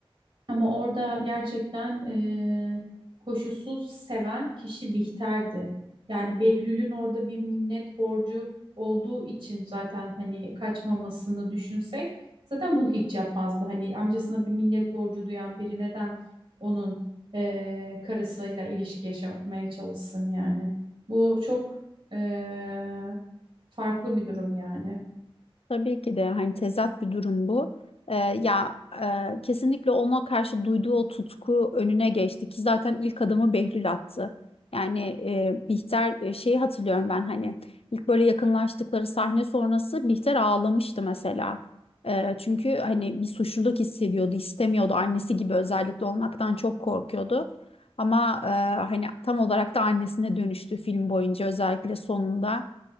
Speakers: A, on the right; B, on the left.
A: Ama orada gerçekten eee, koşulsuz seven kişi Bihter'di. Yani Behlül'ün orada bir minnet borcu olduğu için zaten hani kaçmamasını düşünsek zaten bunu hiç yapmazdı. Hani amcasına bir minnet borcu duyan biri neden onun eee, karısıyla ilişki yaşamaya çalışsın yani. Bu çok eee, farklı bir durum yani.
B: Tabii ki de hani tezat bir durum bu. Ee, ya e, kesinlikle ona karşı duyduğu o tutku önüne geçti ki zaten ilk adımı Behlül attı. Yani e, Bihter e, şeyi hatırlıyorum ben hani ilk böyle yakınlaştıkları sahne sonrası Bihter ağlamıştı mesela. Ee, çünkü hani bir suçluluk hissediyordu, istemiyordu annesi gibi özellikle olmaktan çok korkuyordu. Ama e, hani tam olarak da annesine dönüştü film boyunca özellikle sonunda.